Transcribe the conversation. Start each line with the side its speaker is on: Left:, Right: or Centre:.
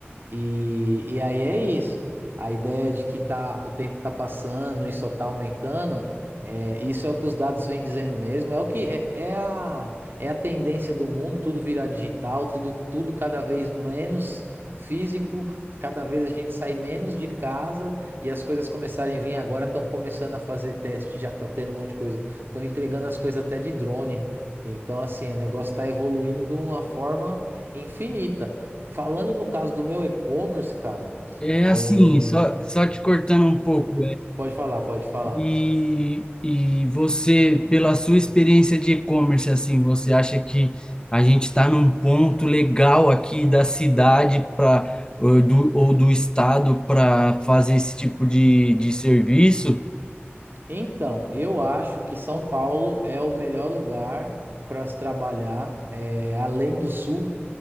Right: E, e aí é isso. A ideia de que tá, o tempo tá passando e só tá aumentando, é, isso é o que os dados vêm dizendo mesmo. É o que é, é a, é a tendência do mundo, tudo virar digital, tudo, tudo cada vez menos físico, cada vez a gente sai menos de casa e as coisas começarem a vir agora, estão começando a fazer teste, já tá tendo um monte de coisa, estão entregando as coisas até de drone. Então, assim, o negócio está evoluindo de uma forma infinita. Falando no caso do meu e-commerce, cara,
Left: É
Right: é,
Left: assim, só, só te cortando um pouco,
Right: pode falar, pode falar.
Left: E, e você, pela sua experiência de e-commerce, assim, você acha que a gente está num ponto legal aqui da cidade para ou do, ou do estado para fazer esse tipo de, de serviço?
Right: Então, eu acho que São Paulo é o melhor lugar para se trabalhar, eh, além do Sul,